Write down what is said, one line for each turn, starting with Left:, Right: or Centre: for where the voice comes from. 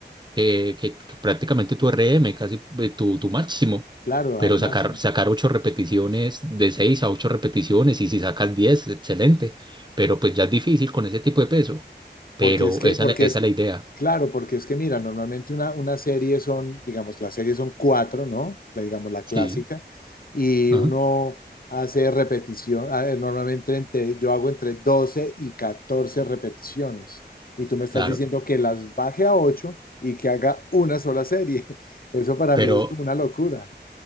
Right: eh, que, que prácticamente tu RM, casi eh, tu, tu máximo,
Left: claro,
Right: pero
Left: al máximo.
Right: sacar, sacar ocho repeticiones, de seis a ocho repeticiones, y si sacas 10, excelente, pero pues ya es difícil con ese tipo de peso, pero
Left: Porque es que,
Right: esa,
Left: porque
Right: es la- esa
Left: es
Right: es la idea,
Left: Claro, porque es que mira, normalmente una, una serie son, digamos, las series son cuatro, ¿no? La- digamos, la clásica,
Right: sí,
Left: y
Right: ajá,
Left: uno hace repetición, a ver, normalmente entre, yo hago entre 12 y 14 repeticiones, y tú me estás
Right: claro,
Left: diciendo que las baje a ocho y que haga una sola serie. <laughs> Eso para
Right: pero...
Left: mí es como una locura.